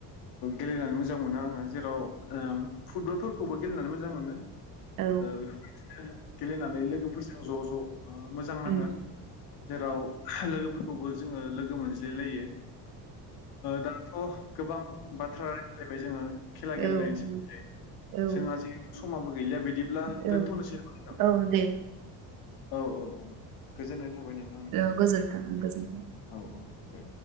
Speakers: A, on the left; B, on the right.
A: गेलेनानै मोजां मोनो आङो जेराव फुटबलफोरखौबो गेलेनानै मोजां मोनो।
B: औ
A: बेफोरबायदिनो गेलेनानै लोगोफोरजों ज' ज' मोजां नाङो
B: औ
A: जेराव लोगोफोरखौबो जोङो लोगो मोनज्लाय लायो दाथ' गोबां बाथ्राेलायबाय जोङो खेला
B: औ
A: गेलेनायनि सोमोन्दै
B: औ औ
A: जोंहा जिहेथु समाबो गैलिया बिदिब्ला
B: औ
A: दोनथ'नोसै ना
B: औ दे।
A: औ औ औ दे गोजोननाय थाबाय नोंथां।
B: औ गोजोन्थों गोजोन्थों।
A: औ औ दे।